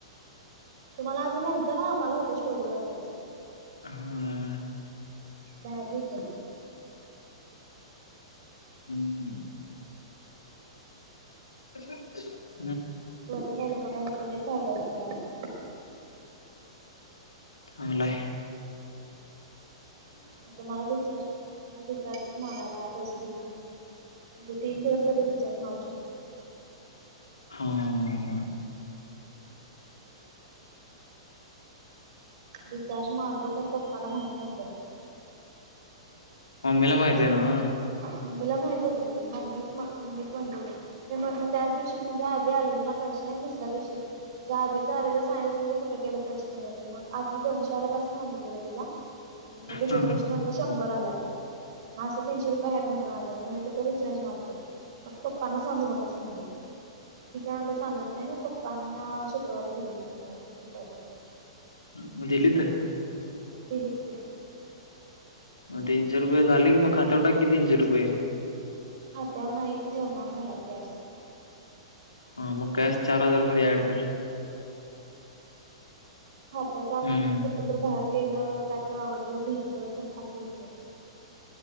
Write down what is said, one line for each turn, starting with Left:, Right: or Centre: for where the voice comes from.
Right: तुम्हाला आधी नव्हतं ना आम्हाला होतं स्टोरी वाचायचं.
Left: हा.
Right: भारी हुतं.
Left: हुं हुं. कस <unintelligible> <inaudible>
Right: बरं झालं बाबा हेचा लई फायदा झाला अता
Left: चांगलय
Right: आता मला रिचार्ज मला रिचार्जच मारायला पैसे दिले नसते. म्हणजे तीन दिवस तरी रिचार्ज मारू शिकलो नसतो.
Left: हा. हा.
Right: रिचार्ज मारलो खरं पप्पाला माहित नव्हत.
Left: मम्मी ला माहिताय न्हव
Right: मम्मीला माहित होतं की, मम्मीच मम्मीच म्हणली मी म्हणलं त्याच दिवशी म्हणजे आधी आलेलं ना पैशे आणि दुसऱ्या दिवशी ते आधीच पैशे आलेलं सागितलं असत तर कुठं गेलं पैसे म्हणली असती, मग आधी दोनशे आल्यात अस सांगितलेलं तिला आणि मग दुसऱ्या
Left: ना
Right: दिवशी म्हणलं शंभर आल्यात, म असं तीनशे रुपये आहेत म्हणलं माझ्याकड त्याचा रिचार्ज मारतो, मग पप्पना सांगू नकोस म्हणली ठीक आहे म्हणलं सांगत नाही, मग पप्पांना शुक्रवारी दिलीत मी मला मग रिचार्ज ला पैशे
Left: मग दिलीत
Right: दिलत की.
Left: मग तीनशे रुपये झाले की मग खात्यावर टाक की तीनशे रुपये
Right: आत्या नाही ठेवणार घरा त्यास
Left: हा मग कॅश चार हजार मध्ये ऍड कर
Right: खाता टाकली
Left: हम्म
Right: की कुठं तर बाहेर गेलं काही तरी आवडलं घेतलं असं पास होतं.